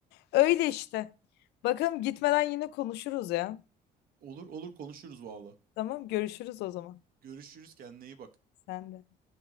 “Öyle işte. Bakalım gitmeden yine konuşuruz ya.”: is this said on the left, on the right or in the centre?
Left